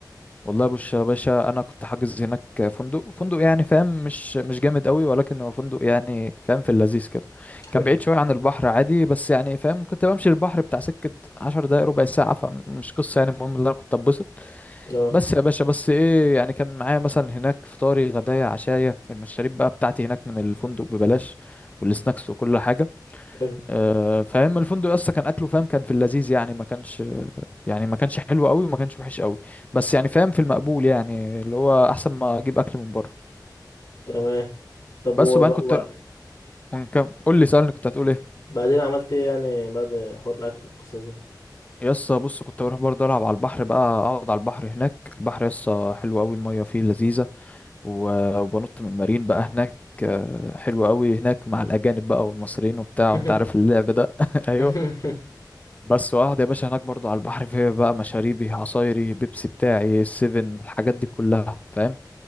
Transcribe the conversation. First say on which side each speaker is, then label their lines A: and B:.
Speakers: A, on the left; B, on the left.
A: والله بص يا باشا انا كنت حاجز هناك فندق فندق يعني فاهم مش مش جامد قوي ولكن هو فندق يعني فاهم في اللذيذ كده
B: حلو
A: كان بعيد شويه عن البحر عادي بس يعني فاهم كنت بمشي البحر بتاع سكه 10 دقايق ربع ساعه فمش قصه يعني المهم ان انا كنت اتبسط
B: اه
A: بس يا باشا بس ايه يعني كان معايا مثلا هناك فطاري غدايا عشايا المشاريب بقى بتاعتي هناك من الفندق ببلاش والسناكس وكل حاجة
B: حلو
A: آه فاهم الفندق اصلا كان اكله فاهم كان في اللذيذ يعني ما كانش يعني ما كانش حلو قوي وما كانش وحش قوي بس يعني فاهم في المقبول يعني اللي هو احسن ما اجيب اكل من بره
B: تمام طب
A: بس
B: و...
A: وبعدين كنت
B: و...
A: من كام قول لي سألني كنت هتقول ايه
B: بعدين عملت ايه يعني بعد حوار الاكل والقصة دي
A: يسا بص كنت بروح برضه العب على البحر بقى اقعد على البحر هناك البحر يسا حلو قوي المية فيه لذيذة و- وبنط من المارين بقى هناك آه، حلو قوي هناك مع الأجانب بقى والمصريين وبتاع
B: <laughs>
A: وانت عارف اللعب ده <laughs> ايوه
B: لا
A: بس واقعد يا باشا هناك برضو على البحر في بقى مشاريبي عصايري بيبسي بتاعي السيفن الحاجات دي كلها فاهم